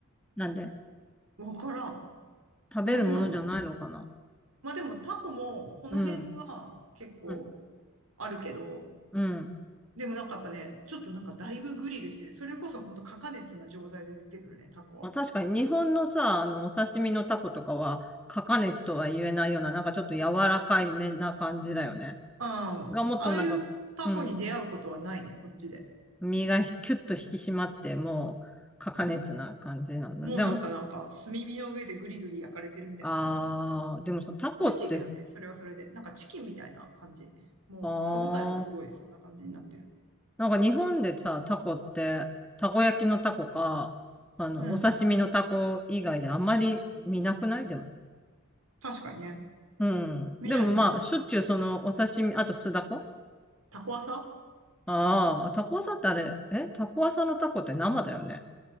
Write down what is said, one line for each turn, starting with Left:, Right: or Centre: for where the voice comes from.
Centre: なんで、
Right: わからん。
Centre: 食べるものじゃないのかな。
Right: なんでなんだろうまあでもタコもこの辺は結構
Centre: うん、うん、
Right: あるけど、
Centre: うん。
Right: でもなんかやっぱね、ちょっとなんかだいぶグリルしてる。それこそ本当過加熱な状態で出てくるね、タコは。
Centre: まあ、確かに日本のさ、あの、お刺身のタコとかは、過加熱とは言えないような、なんかちょっと柔らかいめな感じだよね。
Right: うん。
Centre: がもっとなんか、
Right: ああいうタコに出会うことはないね、
Centre: うん、
Right: こっちで。
Centre: 身がキュッと引き締まって、もう、高熱な感じなんだ。
Right: うんもうなんかなんか炭火の上でグリグリ焼かれてるみたいな感じの。
Centre: でも、あー、でもさ、タコってさ、
Right: 美味しいけどね、それはそれで。なんかチキンみたいな感じ。もう歯ごたえもすごい、
Centre: あー
Right: そんな感じになってる。
Centre: なんか日本でさ、タコって、たこ焼きのタコか、あの、
Right: うん。
Centre: お刺身のタコ以外であんまり見なくないでも。
Right: 確かにね。
Centre: うん。
Right: 見ないね。
Centre: でもまあ、しょっちゅうそのお刺身、あと酢だこ
Right: タコはさ、
Centre: ああー、タコ朝ってあれ、えタコ朝のタコって生だよね。